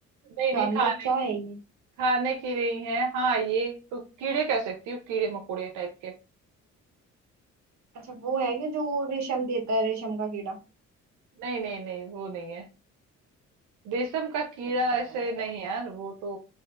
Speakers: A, on the right (about 85°); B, on the right (about 65°).
A: नहीं नहीं
B: जानवर
A: खाने
B: क्या है ये
A: खाने की नहीं है हाँ ये तो कीड़े कह सकती हूँ कीड़े मकोड़े टाइप के
B: अच्छा वो है कि जो वो रेशम देता है रेशम का कीड़ा
A: नहीं नहीं नहीं वो नहीं है रेशम का कीड़ा
B: फिर क्या
A: ऐसे
B: है
A: नहीं यार वो तो